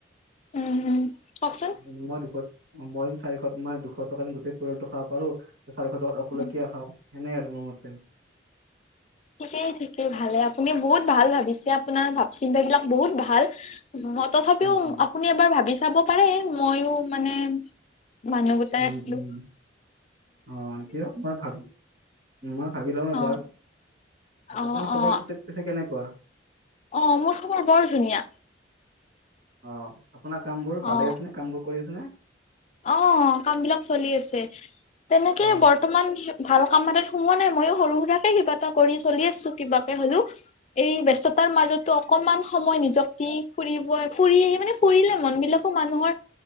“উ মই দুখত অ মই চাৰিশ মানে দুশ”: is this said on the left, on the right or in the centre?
Right